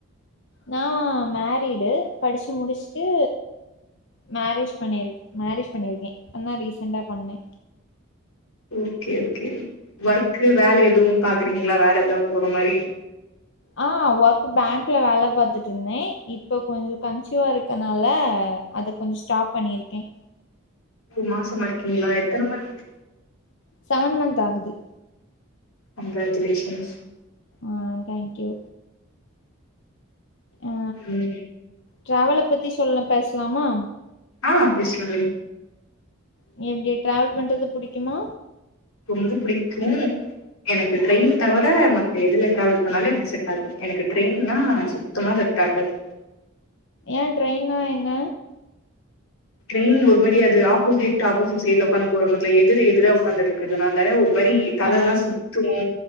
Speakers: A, on the left (about 55°); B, on the left (about 85°).
A: நா மேரிடு படிச்சு முடிச்சுட்டு மேரேஜ் பண்ணிரு மேரேஜ் பண்ணிருக்கே அதா ரீசன்டா பண்ணே
B: ஓகே ஓகே ஒர்க்கு வேல எதுவு பாக்குறீங்களா வேற எதா போற மாரி
A: ஆ ஒர்க் பேங்க்ல வேல பாத் பாத்துட்ருந்தே இப்ப கொஞ்ச கன்சிவா இருக்கனால அத கொஞ்ச ஸ்டாப் பண்ணிருக்கே
B: மாசமா இருக்கீங்களா எத்தன மன்த்
A: செவன் மந்த் ஆகுது
B: கங்ராஜுலேஷன்ஸ்
A: ஆ தேங்க்யூ ஆ
B: ம்
A: டிராவல பத் த்தி சொல்லல பேசலாமா
B: ஆ பேசலாமே
A: நீ எப்டி டிராவல் பண்றது புடிக்குமா
B: ரொம்ப புடிக்கு எனக்கு ட்ரெயின் தவிர மத்த எதுல டிராவல் பண்ணாலு எனக்கு செட் ஆகு எனக்கு ட்ரெயின்னா சுத்தமா செட் ஆகாது
A: ஏ ட்ரெயின்னா என்ன
B: ட்ரெயின்ல ஒரு மாரியா ஆப்போசிட் ஆப்போசிட் சைட்ல உக்காந்து போறத்துல எதிர் எதிர உக்காந்துட்டு இருக்றதுனால ஒரு மாதிரி தலலா
A: ஆ
B: சுத்து